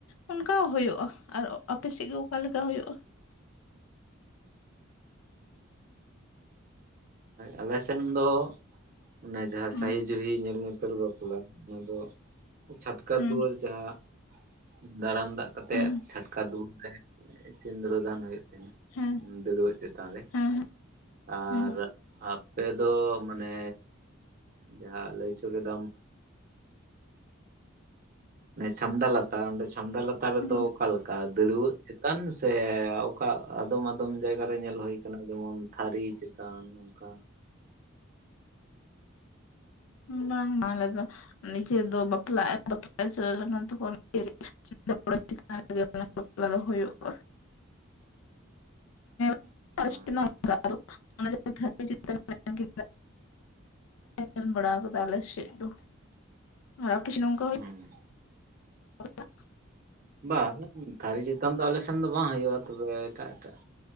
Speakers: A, on the left; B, on the right.
A: ᱚᱱᱠᱟ ᱦᱩᱭᱩᱜ-ᱟ, ᱟᱨ ᱟᱯᱮ ᱥᱮᱫ ᱜᱮ ᱚᱠᱟ ᱞᱮᱠᱟ ᱦᱩᱭᱩᱜ-ᱟ?
B: ᱟᱞᱮ ᱥᱮᱱ ᱫᱚ ᱚᱱᱮ ᱡᱟᱦᱟᱸ
A: ᱦᱩᱸ
B: ᱥᱟᱭᱤᱡ ᱡᱩᱦᱤ ᱧᱮᱞ ᱧᱮᱯᱮᱞ ᱵᱟᱯᱞᱟ ᱚᱱᱟ ᱫᱚ ᱪᱷᱟᱴᱠᱟ
A: ᱦᱩᱸ
B: ᱫᱩᱣᱟᱹᱨ ᱡᱟᱦᱟᱸ ᱫᱟᱨᱟᱢ ᱫᱟᱜ ᱠᱟᱛᱮᱜ
A: ᱦᱩᱸ
B: ᱪᱷᱟᱴᱠᱟ ᱫᱩᱣᱟᱹᱨ ᱨᱮ ᱥᱤᱸᱫᱽᱨᱟ ᱫᱟᱱ ᱦᱩᱭᱩᱜ ᱛᱮᱦᱮᱱᱟ
A: ᱦᱮᱸ
B: ᱫᱟᱹᱲᱩᱣᱟᱹᱜ ᱪᱮᱛᱟᱱ ᱨᱮ,
A: ᱦᱮᱸ
B: ᱟᱨ
A: ᱦᱮᱸ
B: ᱟᱯᱮ ᱫᱚ ᱢᱟᱱᱮ ᱡᱟᱦᱟᱸ ᱞᱟᱹᱭ ᱪᱚ ᱠᱮᱫᱟᱢ, ᱪᱷᱟᱢᱰᱟ ᱞᱟ ᱛᱟ ᱚᱸᱰᱮ ᱪᱷᱟᱢᱰᱟ ᱞᱟᱛᱟᱨ ᱨᱮᱫᱚ
A: ᱦᱮᱸ
B: ᱚᱠᱟ ᱞᱮᱠᱟ ᱫᱟᱹᱲᱣᱟᱹᱜ ᱪᱮᱛᱟᱱ ᱥᱮ? ᱚᱱᱠᱟ ᱟᱫᱚᱢ ᱟᱫᱚᱢ ᱡᱟᱭᱜᱟ ᱨᱮ ᱧᱮᱞ ᱦᱩᱭ ᱟᱠᱟᱱᱟ ᱡᱮᱢᱚᱱ ᱛᱷᱟᱹᱨᱤ ᱪᱮᱛᱟᱱ ᱚᱱᱠᱟ,
A: ᱵᱟᱝ ᱟᱞᱮ ᱫᱚ ᱱᱤᱡᱮ ᱫᱚ ᱵᱟᱯᱞᱟᱜ ᱵᱟᱯᱞᱟᱜ ᱪᱟᱞᱟᱣ ᱞᱮᱠᱷᱟᱱ ᱛᱚᱠᱷᱚᱱ <unintelligible> <inaudible> ᱪᱮᱛᱟᱱ ᱨᱮ ᱚᱱᱟ ᱵᱟᱯᱞᱟ ᱫᱚ ᱦᱩᱭᱩᱜᱼᱟ᱾
B: <unintelligible>
A: <inaudible>
B: ᱦᱮᱸ
A: ᱠᱮᱫᱟ ᱧᱮᱞ ᱵᱟᱲᱟ ᱟᱠᱟᱫᱟ ᱟᱞᱮ ᱥᱮᱜ ᱫᱚ, ᱟᱯᱮ ᱥᱮᱫ ᱫᱚ ᱚᱝᱠᱟ
B: ᱦᱩᱸ
A: <inaudible>
B: ᱵᱟᱝ ᱛᱷᱟᱹᱨᱤ ᱪᱮᱛᱟᱱ ᱫᱚ ᱟᱞᱮ ᱥᱮᱱ ᱫᱚ ᱵᱟᱝ ᱦᱩᱭᱩᱜ-ᱟ ᱛᱚᱵᱮ ᱮᱴᱟᱜ ᱮᱴᱟᱜ,